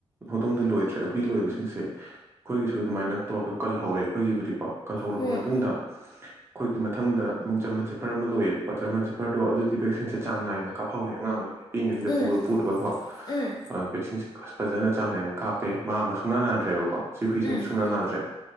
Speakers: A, on the right; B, on the left.
A: ꯍꯧꯗꯣꯡꯗꯤ ꯂꯣꯏꯗ꯭ꯔꯦ ꯍꯨꯏ ꯂꯣꯏꯕꯁꯤꯡꯁꯦ ꯑꯩꯈꯣꯏꯒꯤꯁꯨ ꯑꯗꯨꯃꯥꯏꯅ ꯇꯧꯔꯒ ꯀꯜꯍꯧꯔꯦ ꯑꯩꯈꯣꯏꯒꯤꯕꯨꯗꯤꯀꯣ ꯀꯜꯍꯧꯔꯕ
B: ꯎꯝ
A: ꯃꯇꯨꯡꯗ ꯑꯩꯈꯣꯏꯒꯤ ꯃꯊꯪꯗꯨꯛ ꯖꯔꯃꯟ ꯁꯤꯐꯔ ꯑꯃ ꯂꯣꯏꯌꯦꯕꯀ ꯖꯔꯃꯟ ꯁꯤꯐꯔꯗꯣ ꯑꯗꯨꯗꯤ ꯕꯦꯛꯁꯤꯟꯁꯦ ꯆꯥꯡ ꯅꯥꯏꯅ ꯀꯥꯍꯧꯔꯦ ꯑꯉꯥꯡ ꯑꯣꯏꯔꯤꯩ ꯏꯛꯉꯩꯁꯤꯗ
B: ꯎꯝ
A: ꯄꯨꯔ ꯄꯨꯔꯒꯀꯣ
B: ꯎꯝ
A: ꯚꯦꯛꯁꯤꯟꯁꯦ ꯐꯖꯅ ꯆꯥꯡ ꯅꯥꯏꯅ ꯀꯥꯞꯄꯦ ꯃꯥ ꯑꯃ ꯁꯨꯡꯅꯥ ꯅꯥꯗ꯭ꯔꯦꯕꯀꯣ ꯁꯤ ꯍꯨꯏꯁꯤꯁ
B: ꯎꯝ
A: ꯁꯨꯅꯥ ꯅꯥꯗ꯭ꯔꯦ